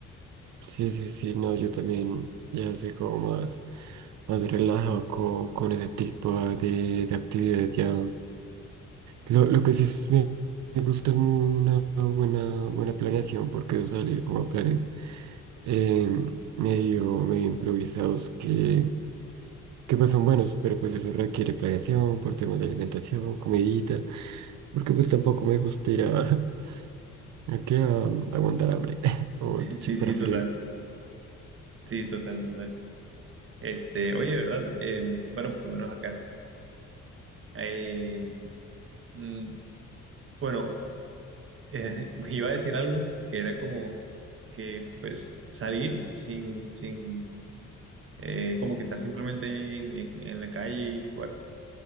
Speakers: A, on the right; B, on the right.
A: sí, sí, sí, no, yo también ya soy como más, más relajado con, con ese tipo de, de actividades ya. Lo, lo que sí es- me, me gusta es una buena, buena planeación, porque eso salir como a planes eh, medio, medio improvisados que que pues son buenos, pero pues eso requiere planeación por temas de alimentación, comidita, porque pues tampoco me gusta ir a, <laughs> a que a aguantar hambre <laughs> o
B: <laughs> Sí,
A: chupar
B: sí,
A: frío.
B: total, sí, total, total. Este, oye, ¿verdad? Eh, bueno, por lo menos acá. eh, mm, bueno, eh, <laughs> iba a decir algo que era como que pues salir sin, sin eh, como que estar simplemente ahí en, en- en la calle y jugar.